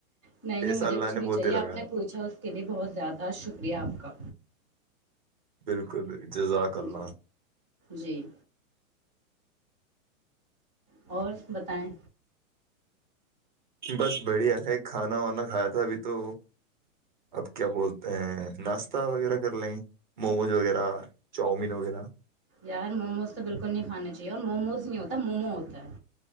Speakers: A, on the left (about 25°); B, on the right (about 35°).
A: نہیں
B: پیسہ
A: نہیں مجھے
B: اللہ
A: کچھ
B: نے
A: نہیں
B: بہت
A: چاہیے
B: دے رکھا
A: آپ نے
B: ہے
A: پوچھا اس کے لیے بہت زیادہ شکر ریاپ کا
B: بالکل بال جزاکاک
A: جی
B: اللہلہ
A: جی اور بتائیں
B: بس بڑھیا ہے کھانا وانا کھایا تھا ابھی تو اب کیا بولتے ہیں ناشتے تا وغیرہ کر لیں موموز وغیرہ چاؤمین وغیرہ
A: یار موموز تو بالکل نہیں کھانے چاہیے اور موموز نہیں ہوتا مومو ہوتا ہے